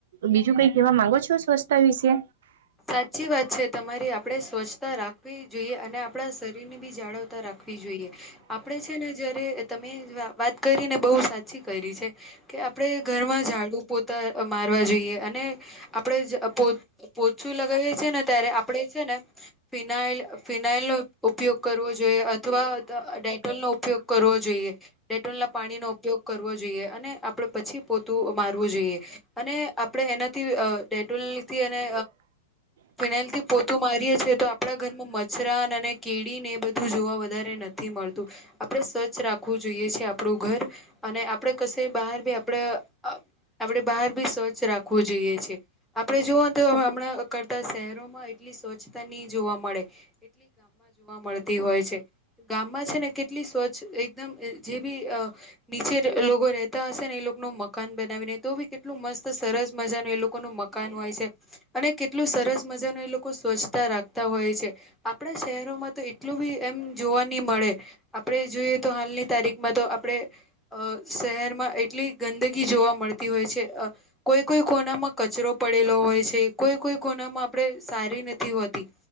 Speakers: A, on the right (about 70°); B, in the centre.
A: બીજું કઈ કેવા માંગો છો સ્વચ્છતા વિશે
B: સાચી વાત છે, તમારે આપણેે સ્વચ્છતા રાખવી જોઈએ અને આપણા શરીરની વ રાખ જોઈ આપે છેને, જ તમે વાત કરીને બહુ સાચી કરી છે, કે આપણે ઘરમાં ઝાડું પોતા મારવા જોઈએ અને, આપણે પો ઓછું લગાવીએ છીએ ને ત્યારે આપણે છે ને ફિનાલ ફિનાઇલ નો ઉપયોગ કરવો જોઈએ અથવા, ડાયટોલ નો ઉપયોગ કરવો જોઈએ ડેટોલ ના પાણીનો ઉપયોગ કરવો જોઈએ અને આપડો પછી પોતું મારવું જોઈએ અને આપણે એનાથી ડેટોલથી એને
A: હ <inaudible>
B: ફિનાઇલથી પોતું મારીએ છીએ તો આપણા ઘરમાં મચ્છરાન અને કેળીને એ, બધું જોવા વધારે નથી મળતું આપણે સ્વચ્છ રાખવું જોઈએ છે, આપણું ઘર અને આપણે કશે બહાર બી આપણે આપણેે બહાર ભી સ્વચ્છ રાખવું જોઈએ છે, આપડણે જોઓ તો હમણાં કરતા શહેરોમાં એટલી સ્વચ્છતા નહી જોવા મળે. કેટલી ગામમાં જોવા મળતી હોય છે. ગામમાં છે, ને કેટલી સ્વચ્છ એકદમ જે બી નીચે લોકો ર હશે ને એ લોકો ન મકાન બનાવીને તો બી કેટલું મસ્ત સરસ મજાનું એ લોકો ન મકાન હોય છે. અને કેટલું સરસ મજા ન એ લોકો સ્વચ્છતા રાખતા હોય છે, આપણા શહેરોમાં. તો એટલું બી એમ જોવા નહી મળે આપણે જોઈએ તો હાલની તારીખમાં તો આપણેે. અ શહેરમાં એટલી ગંદગી જોવા મળતી હોય છે. કોઈ કોઈ કોનામાં કચરો પડેલો હોય છે. કોઈ કોઈ કોનામાં આપણે સારી નથી હોતી